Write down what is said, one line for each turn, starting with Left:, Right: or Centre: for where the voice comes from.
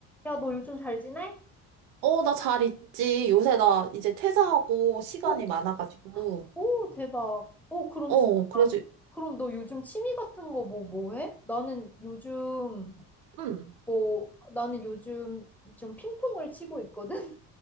Centre: 야, 너 요즘 잘 지내?
Right: 어, 나 잘 있지. 요새 나 이제 퇴사하고 시간이
Centre: 오,
Right: 많아가지고.
Centre: 오, 대박. 오, 그럼
Right: 어,
Centre: 시간,
Right: 그래서,
Centre: 많... 그럼 너 요즘 취미 같은 거 뭐, 뭐 해? 나는 요즘,
Right: 음.
Centre: 뭐, 나는 요즘 좀 핑퐁을 치고 있거든?